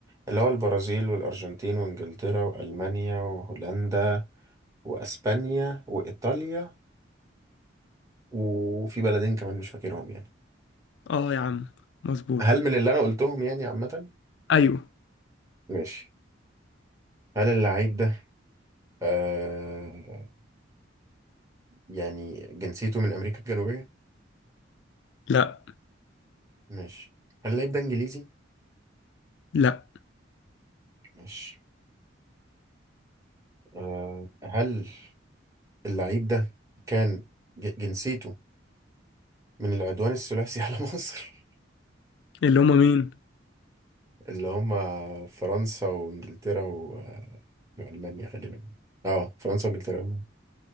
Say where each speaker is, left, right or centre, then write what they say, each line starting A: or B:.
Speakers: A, on the right (about 15°); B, on the left (about 65°).
A: اللي هو البرازيل والأرجنتين وإنجلترا وألمانيا وهولندا وأسبانيا وإيطاليا وفي بلدين كمان مش فاكرهم يعني
B: اه يا عم مظبوط
A: هل من اللي أنا قلتهم يعني عامة؟
B: ايوه
A: ماشي هل اللعيب ده آه يعني جنسيته من أمريكا الجنوبية؟
B: لا
A: ماشي هل اللعيب ده إنجليزي؟
B: لا
A: ماشي آه، هل اللعيب ده كان ج- جنسيته من العدوان الثلاثي على <laughs> مصر
B: اللي هم مين
A: اللي هم فرنسا وانجلترا و- والمانيا غالبا اه فرنسا وانجلترا والمانيا